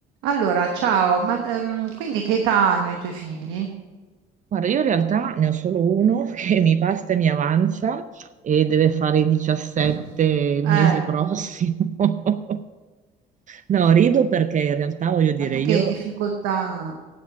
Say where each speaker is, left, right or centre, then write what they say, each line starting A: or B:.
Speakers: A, on the right (about 85°); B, on the right (about 40°).
A: Allora, ciao, ma ehm, quindi che età hanno i tuoi figli?
B: Guarda, io in realtà ne ho solo uno <laughs> che mi basta e mi avanza e deve fare i 17
A: <laughs>
B: il
A: Eh,
B: mese prossimo. <laughs> No, rido perché in realtà voglio dire,
A: ma tu
B: io
A: che difficoltà...